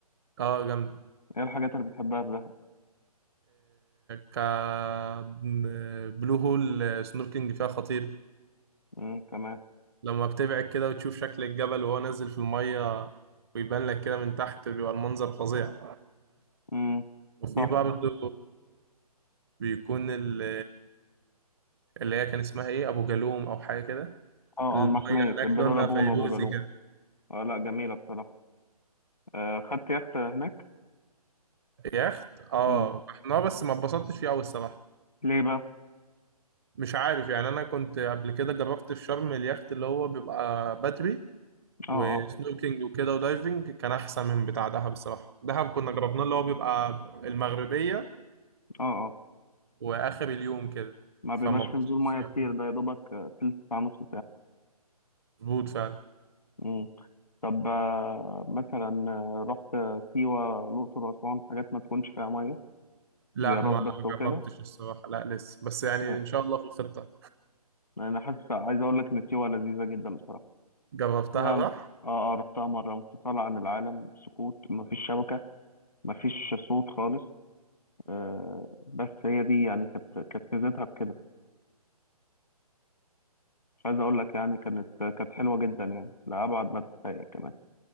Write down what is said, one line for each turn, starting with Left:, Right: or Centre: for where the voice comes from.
Right: اه جامدة
Left: ايه الحاجات اللي بتحبها في دهب
Right: كبلو هول سنوركينج فيها خطير
Left: م. تمام
Right: لما بتبعد كده وتشوف شكل الجبل وهو نازل في المية ويبان لك كده من تحت بيبقى المنظر فظيع
Left: م.
Right: وفي
Left: صح
Right: برضه بيكون ال- اللي هي كان اسمها ايه ابو جالوم او حاجه كده
Left: اه
Right: الميه
Left: اه المحمية
Right: هناك
Left: البلو
Right: لونها
Left: لاجون
Right: فيروزي
Left: وابو جالوم
Right: كده
Left: آه لا جميلة بصراحة آه خدت يخت هناك
Right: يخت اه
Left: م.
Right: احنا بس ما اتبسطتش فيه قوي الصراحه
Left: ليه بقى
Right: مش عارف يعني انا كنت قبل كده جربت في شرم اليخت اللي هو بيبقى بدري وسنوكينج
Left: اه اه
Right: وكده ودايفنج كان احسن من بتاع دهب الصراحه دهب كنا جربناه اللي هو بيبقى المغربيه
Left: اه اه
Right: واخر اليوم كده
Left: ما
Right: فما
Left: بيبقاش
Right: اتبسطتش
Left: في نزول ميه
Right: يعني
Left: كتير ده يا دوبك آه، تلت ساعة نص
Right: مظبوط فعلا
Left: ساعة طب آه، مثلا آه، رحت سيوة الأقصر وأسوان حاجات ما تكونش فيها مية
Right: لا
Left: زيارات
Right: ما
Left: بس وكده
Right: جربتش الصراحه لا لسه بس يعني
Left: يعني
Right: ان شاء الله في الخطه
Left: أنا حاسس عايز أقول لك إن سيوة لذيذة جدا بصراحة
Right: جربتها
Left: يعني
Right: بقى
Left: انف- آه آه رحتها مرة انفصال عن العالم سكوت مفيش شبكة مفيش صوت خالص آه بس هي دي يعني كانت كانت ميزتها بكده مش عايز أقول لك يعني كانت كانت حلوة جدا يعني لأبعد ما تتخيل كمان